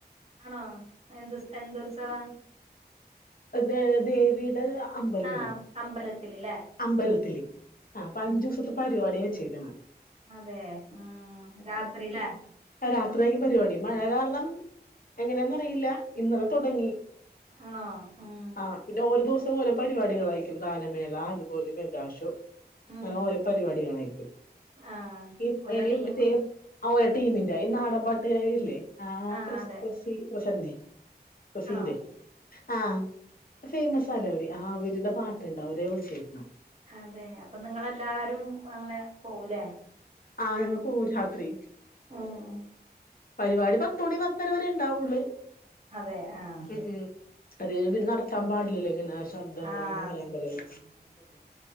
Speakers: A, on the right; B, on the left.
A: ആണോ എന്ത് എന്താ ഉത്സവ
B: അതെ ദേവിയുടെ അമ്പലമാണ്
A: ആഹ് അമ്പലത്തിൽ ല്ലേ
B: അമ്പലത്തില് ആഹ് അഞ്ചു ദിവസത്തെ പരിപാടിയ വെച്ചേക്കണ
A: അതെ ആഹ് രാത്രി ലെ
B: രാത്രിയക്ക് പരിപാടി മഴ കാരണം എങ്ങനെയന്നറിയില്ല ഇന്നലെ തുടങ്ങി
A: ആണോ ഉം
B: ആഹ് പിന്നെ ഓരോ ദിവസം ഓരോ പരിപാടികളായിരിക്കും ഗാനമേള അതുപോലെ മെഗാഷോ
A: ഉം
B: ഇങ്ങനെ ഓരോ പരിപാടികളായിരിക്കും
A: ആഹ്
B: ഈ
A: ഓരോ ടീം
B: മറ്റേ ആഹ് ഓരോ ടീമിന്റെ ഈ നാടൻ പാട്ട് കാരുല്ലേ ആ
A: ആഹ്
B: പ്ര
A: അതെ
B: പ്രസീ പ്രസന്നെ പ്രസീതെ
A: ആണോ
B: ആഹ് ഫേമസ് ആല്ല അവര് ആ അവരുടെ പാട്ടുണ്ടാവ അവരെ വിളിച്ചേക്കണ
A: അതെ അപ്പൊ നിങ്ങളെല്ലാരും അങ്ങനെ പോകൂലേ
B: ആഹ് ഞങ്ങള് പോകും രാത്രി
A: ഉം
B: പരിപാടി പത്തു മണി പ പത്തരവരെ ഉണ്ടാവുള്ളൂ
A: അതെ ആഹ്
B: പി അത് കഴിഞ്ഞ് നടത്താൻ പാടില്ലല്ലോ ഇങ്ങനെ ശബ്ദങ്ങളൊന്നും
A: ആഹ്
B: വരാൻ പാടിലെലോ
A: ഉം ശരിയാ